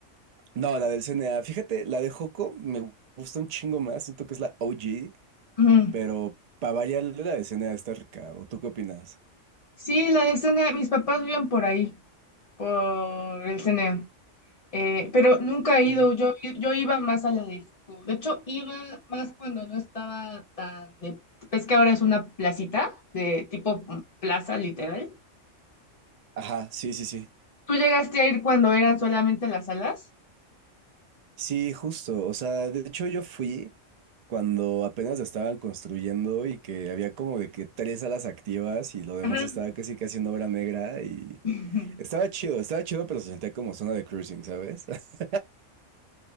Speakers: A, on the right; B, on the left.
A: No, la del CNA. Fíjate, la de Joco me gusta un chingo más. Siento que es la OG,
B: Ujú.
A: pero para variar la del CNA está rica. ¿O tú qué opinas?
B: Sí, la de CNA. Mis papás viven por ahí, por el CNA. Eh, pero nunca he ido.
A: Mm.
B: Yo, yo iba más a la de Joco. De hecho, iba más cuando no estaba tan de... Es que ahora es una placita, de tipo plaza, literal.
A: Ajá, sí, sí, sí.
B: ¿Tú llegaste a ir cuando eran solamente las salas?
A: Sí, justo. O sea, de hecho yo fui cuando apenas la estaban construyendo y que había como de que tres salas activas y lo demás
B: Ajá.
A: estaba casi casi en obra negra y
B: <laughs>
A: estaba chido, estaba chido, pero se sentía como zona de cruising, ¿sabes? <laughs>